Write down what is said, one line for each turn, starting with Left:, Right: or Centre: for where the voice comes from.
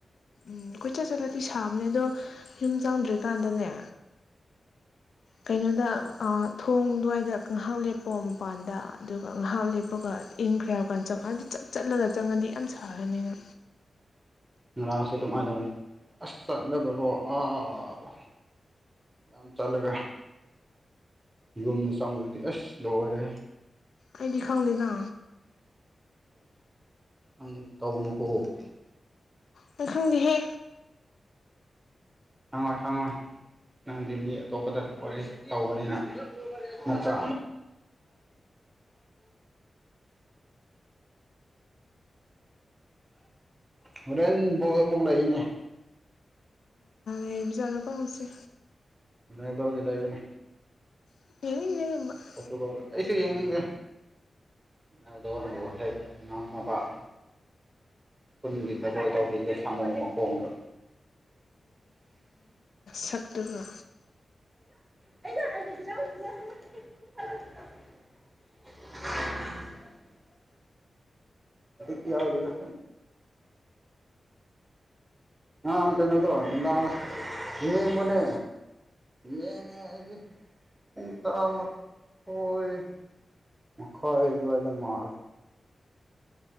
Left: ꯎꯝ ꯀꯣꯏꯆꯠ ꯆꯠꯂꯗꯤ ꯁꯥꯕꯅꯦ ꯑꯗꯣ ꯌꯨꯝ ꯆꯪꯗ꯭ꯔꯤꯀꯥꯟꯗꯅꯦ ꯀꯩꯅꯣꯗ ꯑ ꯊꯣꯡ ꯑꯗꯨꯋꯥꯏꯗ ꯉꯥꯏꯍꯥꯛ ꯂꯦꯞꯄꯣ ꯃꯄꯥꯟꯗ ꯑꯗꯨꯒ ꯉꯥꯏꯍꯥꯛ ꯂꯦꯞꯄꯒ ꯏꯪꯈ꯭ꯔꯦ ꯍꯥꯏꯔ ꯀꯥꯟꯗ ꯆꯪꯉꯛ ꯑꯗꯨ ꯆꯞ ꯆꯠꯂꯒ ꯆꯪꯉꯗꯤ ꯌꯥꯝ ꯁꯥꯒꯅꯤꯅ
Right: ꯉꯔꯥꯡꯁꯨ ꯑꯗꯨꯃꯥꯏꯅ ꯇꯧꯋꯤ ꯑꯁ ꯆꯠꯂꯒꯀꯣ ꯑꯥ ꯌꯥꯝ ꯆꯠꯂꯒ ꯌꯨꯝꯗ ꯆꯪꯕꯗꯗꯤ ꯑꯁ ꯂꯣꯏꯔꯦ
Left: ꯑꯩꯗꯤ ꯈꯪꯗꯦꯅ
Right: ꯅ ꯇꯥꯎꯅ ꯀꯧꯕ
Left: ꯃ ꯈꯪꯗꯦꯍꯦ
Right: ꯈꯪꯉꯣꯏ ꯈꯪꯉꯣꯏ ꯅꯪꯗꯤ ꯃꯤ ꯑꯇꯣꯞꯄꯗ ꯋꯥꯔꯤ ꯇꯧꯕꯅꯤꯅ ꯅꯠꯇ꯭ꯔꯥ ꯍꯣꯔꯦꯟ ꯕꯣꯜ ꯑꯃꯨꯛ ꯂꯩꯏꯅꯦ
Left: ꯑꯩꯕ ꯆꯂ ꯐꯁꯤꯦ
Right: ꯅꯗꯒ ꯂꯩꯕꯅꯦ
Left: ꯏ
Right: ꯐꯣꯇꯨꯒ ꯑꯩꯁꯨ ꯌꯦꯡꯅꯤꯡꯗꯦ ꯃꯅꯦꯜꯗꯅꯕꯨ ꯍꯦꯛ ꯉꯝꯃꯕ ꯈꯨ ꯈꯨꯨꯟꯒꯤ ꯖꯒꯣꯏ ꯇꯧꯕꯤꯒꯦ ꯁꯥꯃꯣꯡ ꯃꯈꯣꯡꯗꯣ
Left: ꯁꯛꯇꯨꯒ
Right: <unintelligible> <unintelligible> ꯀ ꯑꯗꯨꯗꯣ ꯑ ꯀꯩꯅꯣꯗꯣ ꯅꯨꯡꯗꯥꯡ ꯌꯦꯡꯕꯅꯦ ꯌꯦꯡꯉꯦ ꯑꯩꯗꯤꯨꯡ ꯇꯔꯥꯃꯊꯣꯏ ꯃꯈꯣꯏ ꯑꯗꯨꯋꯥꯏꯗ ꯃꯥꯜꯦ